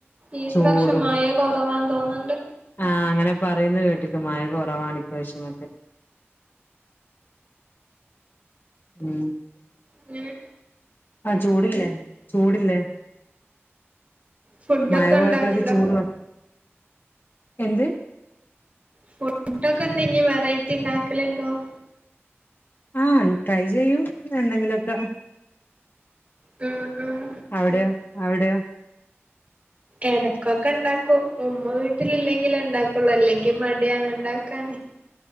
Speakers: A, on the right (about 30°); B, on the left (about 50°).
A: ഈ
B: ചൂടും
A: പ്രാവശ്യം മയ കൊറവാൻ തോന്നണ്ട്
B: ആഹ് അങ്ങനെ പറയുന്ന കേട്ടിക്ക് മഴ കുറവാണ് ഇപ്രവിശൊന്നൊക്കെ ഉ
A: ഇങ്ങനെ
B: ആ ചൂടല്ലേ ചൂടില്ലേ
A: ഫുഡൊക്കെ
B: മയ പോയപ്പോഴക്കെ
A: ഉണ്ടാക്ക്ണ്ടോ
B: ചൂട് ത- എന്ത്
A: ഫുഡൊക്കെ എന്തെങ്കും വെറൈറ്റി ഉണ്ടാക്കലുണ്ടോ ന്ന്
B: ആ ട്രൈ ചെയ്യും എന്തെങ്കിലുമൊക്കെ
A: ആ ആ
B: അവിടെയോ അവിടെയോ
A: എടക്കൊക്കെ ഉണ്ടാക്കും ഉമ്മ വീട്ടിൽ ഇല്ലെങ്കിൽ ഉണ്ടാക്കുള്ളൂ അല്ലെങ്കിൽ മടി- ടിയാണ് ഇണ്ടാക്കാൻ